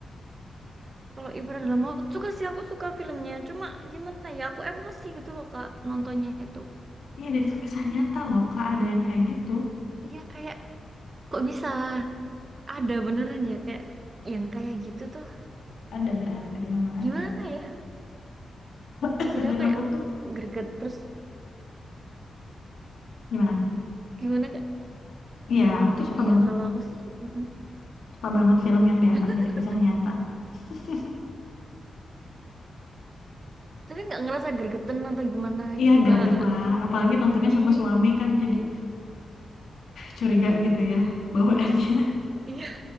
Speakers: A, on the right; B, on the left.
A: Kalau ibarat dalam mau suka sih aku suka filmnya. Cuma gimana ya, aku emosi gitu loh Kak nontonnya itu.
B: Iya dari itu kisah nyata loh kak ada yang kayak gitu.
A: Iya kayak Kok bisa ada beneran ya kayak yang kayak gitu tuh
B: Ada berarti memang
A: gimana
B: ada.
A: ya?
B: <laughs>
A: Ya jadi
B: Dan
A: aku kayak
B: aku tuh
A: greget terus
B: gimana?
A: gimana kak?
B: Iya aku tuh suka
A: Ya
B: banget.
A: kalau aku sih mm-mm.
B: Suka banget film yang diangkat
A: <laughs>
B: dari kisah nyata. <laughs>
A: tapi nggak ngerasa gregetan atau gimana
B: Iya
A: gitu
B: greget
A: kak
B: lah. Apalagi nontonnya
A: sedih.
B: sama suami kan jadi curiga gitu ya bawaannya.
A: Iya.